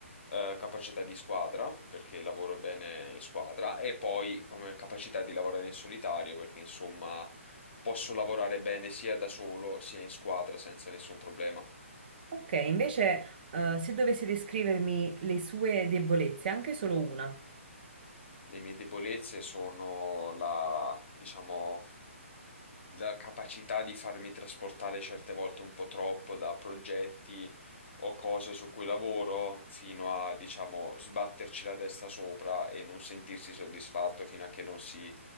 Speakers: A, on the left; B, on the right.
A: eh, capacità di squadra, perché lavoro bene in squadra, e poi come capacità di lavorare in solitario, perché insomma posso lavorare bene sia da solo sia in squadra senza nessun problema.
B: Ok, invece, eh, se dovessi descrivermi le sue debolezze, anche solo una.
A: Le mie debolezze sono la, diciamo, la capacità di farmi trasportare certe volte un po' troppo da progetti o cose su cui lavoro fino a, diciamo, sbatterci la testa sopra e non sentirsi soddisfatto fino a che non si,